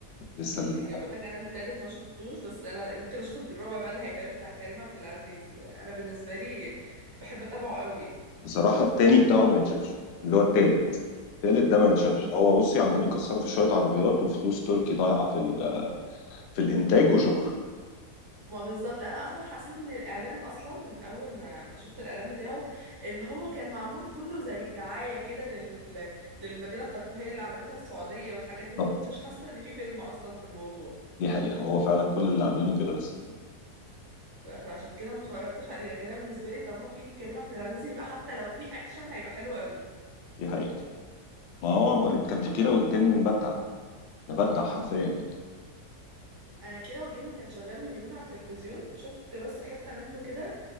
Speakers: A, on the left (about 80°); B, on the right (about 25°).
A: لسه
B: اه
A: ال-
B: يعني بقول لك انا التالت ما شفتوش بس انا ممكن اشوف الرابع بقى اللي هيتعمل بتاع كريم عبد العزيز لا، انا بالنسبه لي بحب اتابعه قوي يعني
A: بصراحة التاني بتاعه ما يتشافش اللي هو التالت التالت ده ما يتشافش
B: اه
A: هو بصي عمالين يكسروا في شوية عربيات وفلوس تركي ضايعة في في الانتاج وشكر
B: ما بالظبط انا اصلا حسيت من الاعلان اصلا من اول ما ما شفت الاعلان بتاعه ان هو كان معمول كله زي دعايه كده لل... للمدينه الترفيهيه اللي عملتها السعوديه والحاجات دي
A: بالظبط
B: ما كنتش حاسه ان في فيلم اصلا في الموضوع
A: دي حقيقه هو فعلا كل اللي عاملينه كده بس
B: ف... فعشان كده ما اتفرجتش عليه لكن انا بالنسبه لي طالما في كريم عبد العزيز يبقى حتى لو في اكشن هيبقى حلو قوي
A: دي حقيقه ما هو بقول لك كان في كيرة والجن مبدع مبدع حرفيا يعني
B: انا كيرة والجن كان شغال من يومين على التلفزيون شفت بس حته منه كده